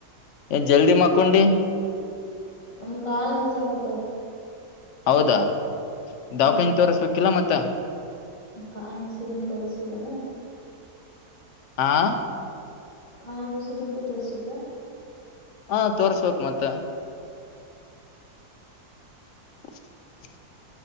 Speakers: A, on the left (about 65°); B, on the left (about 20°).
A: ಜಲ್ದಿ ಮಕ್ಕೊಂಡಿ.
B: ನನಗ್ ಕಾಲ್ ನೌಸಕ್ಕತ್ತಾವ್.
A: ಹೌದಾ
B: ಹ್ಮ್
A: ದವಾಖಾನೆ ತೋಸ್ಬೇಕಿಲ್ಲ ಮತ್ತ.
B: ಕಾಲ್ <unintelligible>
A: ಆ
B: ಖನ್ ವಸದು ತೊತ್ಸದ
A: ಹಾ ತೋರ್ಸ್ಬೇಕಕ್ ಮತ್ತ <unintelligible>